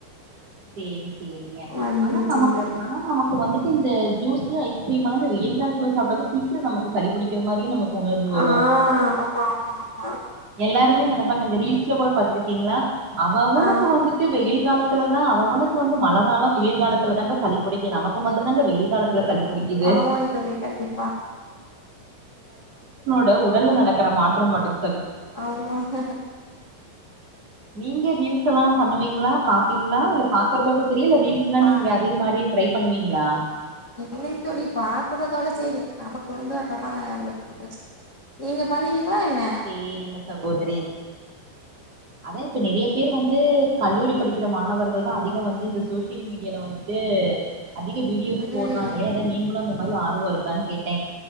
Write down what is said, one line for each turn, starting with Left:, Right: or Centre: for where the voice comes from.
Right: சேரி சேரிங்க
Left: வந்துச்சுங்க
Right: ஆனா நமக்
Left: தோழி
Right: ஆனா நமக்கு வந்துட்டு இந்த ஜூஸ் ஜூஸ் ஐஸ்கிரீமலாம் இந்த வெயில் காலத்துல சாப்டாதான் சீக்கிரம் நமக்கு சளி புடிக்கிரமாரியும் நமக்கு உணர்வு வரும்
Left: ஆ ஆமா ஆமா ஆமா
Right: எல்லாருமே நெனைப்பாங்க இந்த ரீல்ஸ் ஸ்ல கூட பாத்துருக்கீங்களா அவ அவனுக்கு
Left: ஆ
Right: வந்துட்டு வெயில் காலத்து தான் அவஅவனுக்கு வந்து மழைகாலம் குளிர்காலத்துல தான்டா சளிப்பிடிக்கும் நமக்கு மட்டும்தான் இந்த வெயில் காலத்து சளி புடிக்குது
Left: ஆமாங்க தோழி கண்டிப்பா
Right: ட உடல்ல நடக்கிற மாற்றம் மட்டுக்
Left: ஆமாங்க
Right: நீங்க ரீல்ஸ்லாம் பண்ணுவீங்களா பா பிங்ளா இல்ல பாக்றதோட தெரியல ரீல்ஸ்லாம்
Left: பா
Right: நீங்க அதே மாரி ட்ரை பண்ணுவீங்களா
Left: இல்லைத்தோழி பாக்குறதோட சேரி நமக்கு வந்து அதெல்லாம் அவ்ளவு இன்ட்ரெஸ்ட் நீங்க பண்ணுவீங்களா என்ன
Right: சேரிங்க சகோதரி அதான் இப்ப நெறைய பேர் வந்து கல்லூரி படிக்கிற மாணவர்கள் தான் அதிகம் வந்து இந்த சோஷியல் மீடியால வந்துட்டு அதிக வீடியோ
Left: ம்
Right: போடுறாங்களே அதான் நீங்களும் அந்த மாரி ஆர்வம் இருக்கான்னு கேட்டேன்